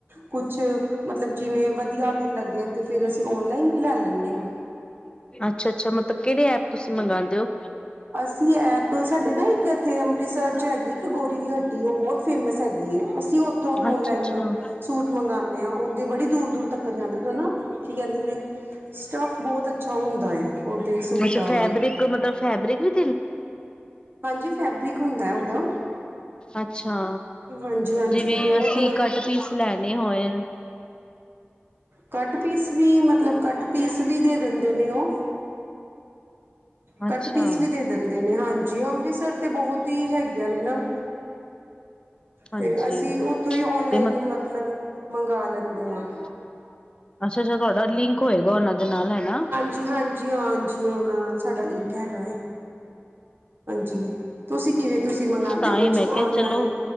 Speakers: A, on the right (about 55°); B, on the left (about 20°).
A: ਕੁਛ ਮਤਲਬ ਜਿਵੇਂ ਵਧੀਆ ਮਿਲ ਲੱਗੇ ਤਾਂ ਫਿਰ ਅਸੀਂ ਔਨਲਾਈਨ ਵੀ ਲੈ ਲੈਂਦੇ ਹਾਂ
B: ਅੱਛਾ ਅੱਛਾ, ਮਤਲਬ ਕਿਹੜੇ ਐਪ ਤੁਸੀਂ ਮੰਗਾਦੇ ਓ।
A: ਅਸੀਂ ਐਪ ਸਾਡੇ ਨਾ ਇੱਕ ਇੱਥੇ ਅੰਮ੍ਰਿਤਸਰ ਚ ਹੈਗੀ ਇੱਕ ਗੋਰੀ ਦੀ ਹੱਟੀ ਉਹ ਬਹੁਤ ਫੇਮਸ ਹੈਗੀ ਅਸੀਂ ਉੱਥੋਂ
B: ਅੱਛਾ
A: ਔਨਲਾਈਨ
B: ਅੱਛਾ
A: ਸੂਟ ਮਗਾਨੇ ਆ ਉਹ ਤੇ ਬੜੀ ਦੂਰ ਦੂਰ ਤੱਕ ਜਾਂਦੇ ਹਾ ਕੀ ਕਹਿੰਦੇ ਨੇ ਸਟੱਫ ਬਹੁਤ ਅੱਛਾ ਹੁੰਦਾ ਐ ਉਹਦੇ ਸੂਟਾਂ
B: ਅੱਛਾ ਫੈਬਰਿਕ
A: ਦਾ
B: ਮਤਲਬ ਫੈਬਰਿਕ ਵਿੱਚ
A: ਹਾਂਜੀ, ਫੈਬਰਿਕ ਹੁੰਦਾ ਉਹਦਾ
B: ਅੱਛਾ,
A: ਹਾਂਜੀ ਹਾਂਜੀ
B: ਜਿਵੇਂ
A: ਬਹੁਤ
B: ਅਸੀਂ ਕੱਟ ਪੀਸ ਲੈਣੇ ਹੋਏ
A: ਕੱਟ ਪੀਸ ਵੀ ਮਤਲਬ ਕੱਟ ਪੀਸ ਵੀ ਦੇ ਦਿੰਦੇ ਨੇ ਓ। ਕੱਟ
B: ਅੱਛਾ।
A: ਪੀਸ ਵੀ ਦੇ ਦਿੰਦੇ ਨੇ ਹਾਂਜੀ ਅੰਮ੍ਰਿਤਸਰ ਤੇ ਬਹੁਤ ਹੀ ਹੈਗੀਆਂ ਨੇ ਨਾ।
B: ਹਾਂਜੀ
A: ਤੇ ਅਸੀਂ ਉੱਥੋਂ ਹੀ ਔਨਲਾਈਨ
B: ਤੇ ਮ
A: ਮਤਲਬ ਮੰਗਵਾ ਲੈਂਦੇ ਆ।
B: ਅੱਛਾ ਅੱਛਾ, ਤੁਹਾਡਾ ਲਿੰਕ ਹੋਏਗਾ ਉਹਨਾ ਦੇ ਨਾਲ ਹਨਾ
A: ਜੀ ਹਾਂਜੀ, ਹਾਂਜੀ ਉਹਨਾਂ ਨਾਲ ਸਾਡਾ ਲਿੰਕ ਹੈਗਾ ਹਾਂਜੀ। ਤੁਸੀਂ ਕਿਵੇਂ ਤੁਸੀਂ ਮੰਗਾਂਦੇ
B: ਤਾਂ
A: ਹੋ
B: ਹੀ
A: ਕੁਛ
B: ਮੈਂ
A: ਓਨਲਾਈਨ।
B: ਕਿਹਾ ਚਲੋ